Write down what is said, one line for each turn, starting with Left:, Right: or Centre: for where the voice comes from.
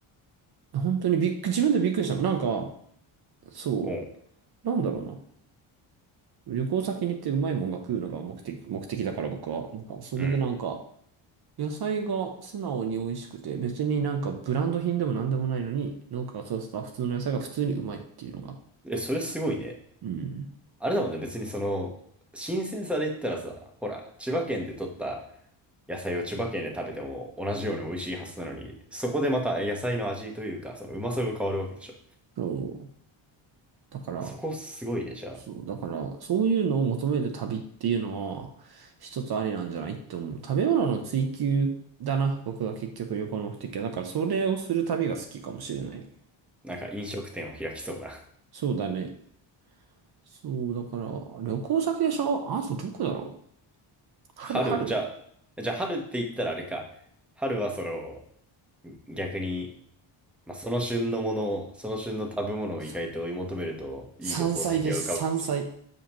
Right: う。本当にびっく、自分でびっくりしたの。なんか、そ
Centre: うん。
Right: う、なんだろうな。旅行先に行ってうまいもんが食うのが目的、目的だから僕は。なんか、それでなんか、
Centre: うん。
Right: 野菜が素直に美味しくて、別になんかブランド品でもなんでもないのに、農家が育てた普通の野菜が普通にうまいっていうのが。
Centre: え、それすごいね。
Right: うん。
Centre: あれだもんね、別にその、新鮮さで言ったらさ、ほら、千葉県で取った野菜を千葉県で食べても同じように美味しいはずなのに、そこでまた野菜の味というか、そのうまさが変わるわけでしょ。
Right: そう。だから、
Centre: そこすごいね、じゃあ。
Right: そう、だから、そういうのを求める旅っていうのは、一つありなんじゃないって思う。食べ物の追求だな、僕が結局旅行の目的は。だから、それをする旅が好きかもしれない。
Centre: なんか飲食店を開きそうな。
Right: そうだね。そう、だから、旅行先でしょあとどこだろう春、
Centre: 春、
Right: 春
Centre: じゃあ、じゃあ春って言ったらあれか。春はその、逆に、まあ、その旬のものを、その旬の食べ物を意外と追い求めると、
Right: そ
Centre: いい旅行先が浮かぶかもしれ
Right: 山菜です、山菜。